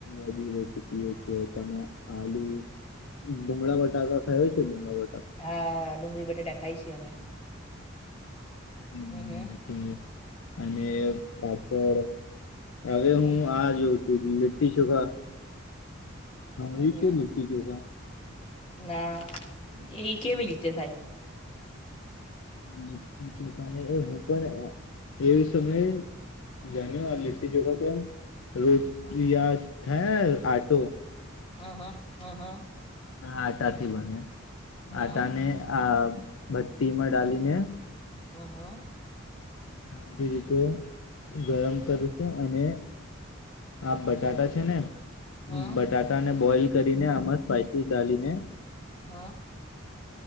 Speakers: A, on the left; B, on the left.
A: વધી ર ચુકી એ છે તમે આલુ ભુગળા બટાકા ખાયો છે ડુંગળા બટા
B: હા ડુંગળી બટેટા ખાઈ છી અમે.
A: એ
B: હમ્મ
A: બનાવી
B: હમ્મ.
A: શકું. અને પાપડ હવે
B: હમ
A: હું
B: હમ
A: આ જોઉ લીટ્ઠી ચોખા <unintelligible>
B: હમ હમ
A: છે લીટી ચોખા
B: ના એ કેવી રીતે થાય?
A: લીટ્ટી ચોખાને એ હું પણ એવી સમયે જાણ્યું આ લીટ્ટી ચોખા તો એમ રોટલી
B: હમ
A: યાત હે આટો
B: હ હ. હ હ.
A: હા આટાથી બને
B: હમ
A: આટાને અ ભટ્ટીમાં ડાલીને
B: હમ્મ હમ્મ.
A: આધી રીતે ગરમ કરશે અને આ બટાટા છે ને
B: હમ
A: બટાટાને બોઈલ કરીને આમાં સાઈટ્રિક ડાલીને
B: હ.